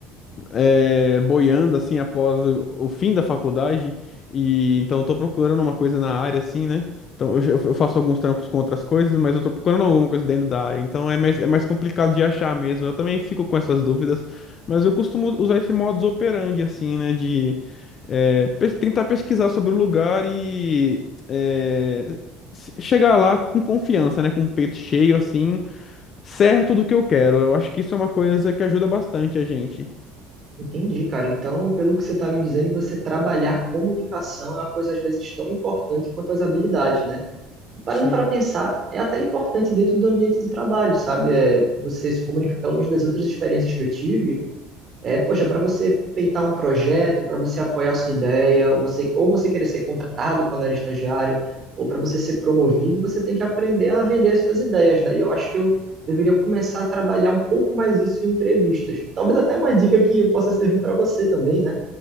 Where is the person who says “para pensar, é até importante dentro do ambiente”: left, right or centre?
Right